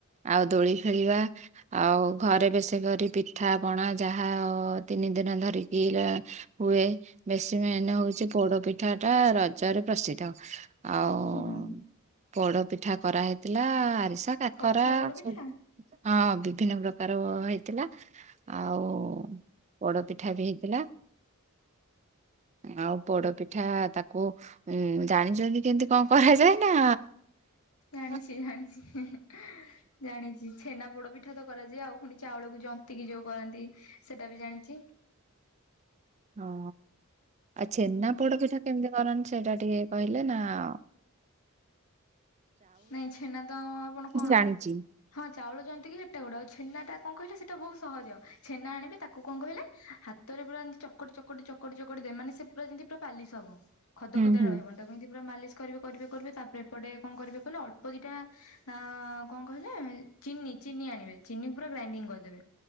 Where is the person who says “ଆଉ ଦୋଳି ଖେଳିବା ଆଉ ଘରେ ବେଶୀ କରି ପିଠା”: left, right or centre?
Right